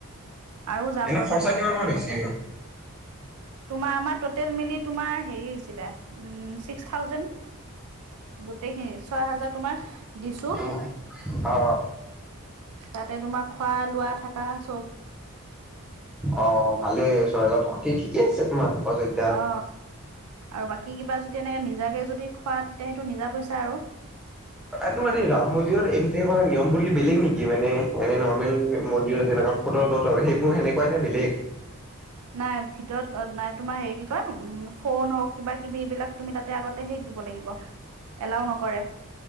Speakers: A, on the right (about 85°); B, in the centre.
A: আৰু যাম
B: এনে
A: ৰ'বা
B: খৰচা
A: তাহাঁতৰ
B: কিমান মান
A: লগতে।
B: হৈছে?
A: তোমাৰ আমাৰ ট'টেল মেলি তোমাৰ হেৰি হৈছিলে, ছিক্স থাউজেণ্ড। গোটেইখিনি, ছয় হাজাৰ তোমাৰ দিছো
B: ও'ও' অ'অ'
A: তাতে তোমাৰ খোৱা লোৱা থাকা চব।
B: অ' ভালে ছয় হেজাৰ টকা ঠিক কিঞ্চিত মানো অযোধ্যাত।
A: অ আৰু বাকী কিবা যদি এনেকে নিজাকে যদি খোৱা তেতিয়া সেইটো নিজা পইচা আৰু।
B: তোমাৰ এই ৰাম মন্দিৰত এন্ট্ৰি কৰা নিয়মবোৰ কি বেলেগ নেকি মানে এনে নৰ্মেল মন্দিৰত তেনেকুৱা ফটোত আৰু সেইবোৰ সনেকুৱাই নে বেলেগ।
A: নাই ভিতৰত নাই তোমাৰ হেৰি কি কয় উম ফোন হওক কিবা কিবি বিলাক তুমি তাতে আগতেহে সেই দিব লাগিব এলাও নকৰে।